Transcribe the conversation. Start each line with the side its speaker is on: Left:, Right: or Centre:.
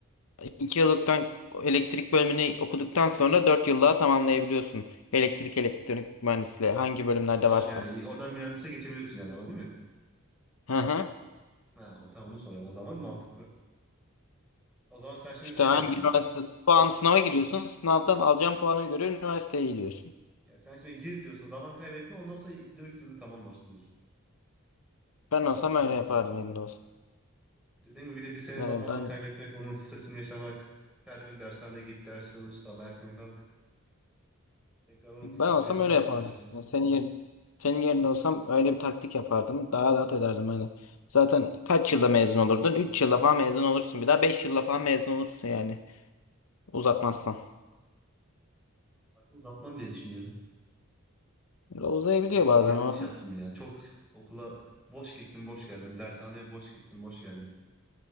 Left: 2 yıllıktan elektrik bölümünü okuduktan sonra 4 yıllığa tamamlayabiliyorsun. Elektrik, elektronik mühendisliği hangi bölümlerde
Centre: Tamam
Left: varsa.
Centre: yani oradan mühendise geçebiliyorsun yani ama değil mi?
Left: Hı hı.
Centre: Ha, o, tamam onu soruyorum. O zaman mantıklı. O zaman sen şimdi
Left: İşte
Centre: şey
Left: hangi
Centre: diyorsun.
Left: üniversite puanı sınava giriyorsun. Sınavdan alacağın puana göre üniversiteye gidiyorsun.
Centre: Ya sen şimdi gir diyorsun. Zaman kaybetme. Ondan sonra dört yıllık tamamlarsın diyorsun.
Left: Ben olsam
Centre: O da mantıklı
Left: öyle yapardım
Centre: aslında.
Left: yerinde olsam.
Centre: Dediğim gibi bir de bir sene
Left: Yani
Centre: daha zaman
Left: ben
Centre: kaybetmek, onun stresini yaşamak. Her gün dershaneye git, ders çalış, sabah erken kalk. Tekrar onun
Left: ben
Centre: stresini
Left: olsam
Centre: yaşamak
Left: öyle yapardım.
Centre: da biraz şey.
Left: Yani senin yerin, senin yerinde olsam öyle bir taktik yapardım. Daha rahat ederdim hani. Zaten kaç yılda mezun olurdun? 3 yılda falan mezun olursun. Bir daha 5 yılda falan mezun olursun yani. Uzatmazsan.
Centre: Artık uzatmam diye düşünüyorum.
Left: Uzayabiliyor
Centre: Ya çok
Left: bazen
Centre: yanlış
Left: o.
Centre: yaptım ya. Çok okula boş gittim, boş geldim. Dershaneye boş gittim, boş geldim.